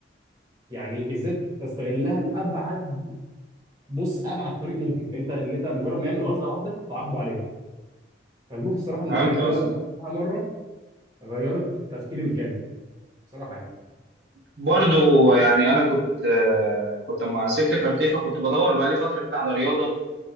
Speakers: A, on the right (about 20°); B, on the right (about 70°).
A: يعني ازاي تستغلها لابعد بص ابعد طريق ممكن إن انت ان انت مجرد ما يعمل غلطة واحدة تعاقبه عليها فالبوكس الصراحة من
B: فهمت
A: الحاجات
B: قصدي
A: اللي انا لما عملتها مرة غيرت تفكيري بالكامل بصراحة يعني
B: برضو يعني انا كنت آه، كنت لما سبت كارتيه فكنت بدور بقالي فتره كده على رياضه